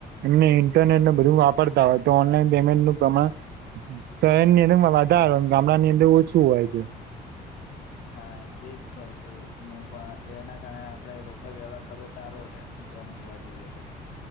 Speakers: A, on the right; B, on the left.
A: એમને ઇન્ટરનેટને બધું વાપરતા હવે તો ઓનલાઈન પેમેન્ટ નું પ્રમાણ શહેરની અંદર વધાર હોય અને ગામડા ની અંદર ઓછું હોય છે <unintelligible>
B: હા એજ કહું છું મું પણ એના કારણે આપડે રોકડ વ્યવહાર કરવો સારો રે જોબ જોવા જઈએ તો